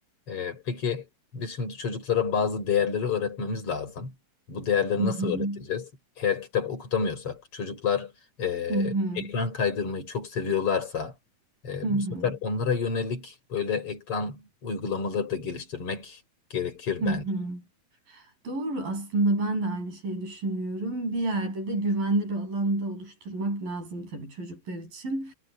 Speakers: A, on the left (about 40°); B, on the right (about 85°).
A: Ee, peki biz şimdi çocuklara bazı değerleri öğretmemiz lazım. Bu değerleri
B: Hı hı.
A: nasıl öğreteceğiz? Eğer kitap okutamıyorsak, çocuklar e,
B: Hı hı.
A: ekran kaydırmayı çok seviyorlarsa, e,
B: Hı hı.
A: bu sefer onlara yönelik böyle ekran uygulamaları da geliştirmek gerekir
B: Hı
A: bence.
B: hı. Doğru aslında ben de aynı şeyi düşünüyorum. Bir yerde de güvenli bir alanda oluşturmak lazım tabii çocuklar için.